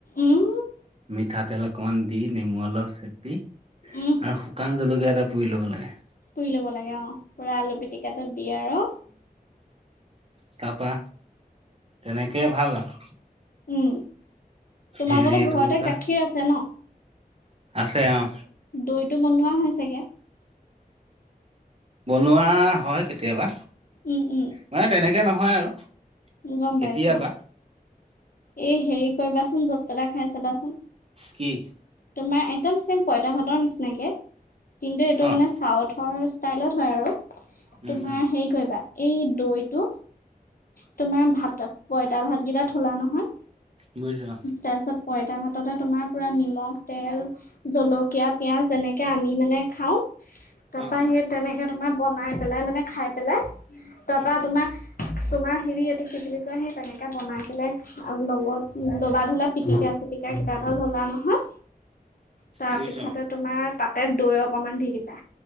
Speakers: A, on the left; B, on the right.
A: উম
B: মিঠাতেল অকমান দি নেমু অলপ চেপি
A: উম
B: আৰু- শুকান জলকীয়া এটা পুৰি ল'ব লাগে।
A: পুৰি ল'ব লাগে অঁ পূৰা আলু পিটিকাটোত দিয়ে আৰু-
B: তাপা তেনেকেই ভাল আৰু।
A: উম' তোমালোকতো
B: হেৰি এইটো
A: ঘৰতে
B: কি কয়
A: গাখীৰ আছে ন।
B: আছে অ',
A: দৈতটো বনোৱা হয় চাগে।
B: বনোৱা হয় কেতিয়াবা।
A: উম উম
B: মানে তেনেকে নহয় আৰু
A: গম
B: কেতিয়াবা।
A: পাইছো অ এই হেৰি কৰিবাচোন বস্তু এটা খাই চাবাচোন।
B: কি।
A: তোমাৰ একদম চেম পঁইতা ভাতৰ নিচিনাকে কিন্তু এইটো
B: অ',
A: মানে চাউথৰ। টায়লত হয় আৰু
B: উম,
A: তোমাৰ
B: উম,
A: হেৰি কৰিব এই দৈ টো। তোমাৰ ভাত পইতা ভাতকেইটা থলা নহয়।
B: বুজিছা।
A: তাৰপিছত পইতা ভাততে তোমাৰ পূৰা নিমখ তেল। জলকীয়া পিয়াজ যেনেকে আমি মানে খাওঁ। তাপা‌
B: অ', অ',
A: হেই তেনেকে তোমাৰ বনাই পেলাই মানে খাই পেলাই তাৰপা
B: উম, উম,
A: তোমাৰ। তোমাৰ হেৰি এইটো কি বুলি কয় সেই তেনেকে বনাই পেলাই। আৰু লগত লবা ধলা পিটিকা চিতিকা কিবা এটা ললা নহয়। তাৰ
B: বুজিছো
A: পিছতে তোমাৰ তাতে দৈ অকমান দি দিবা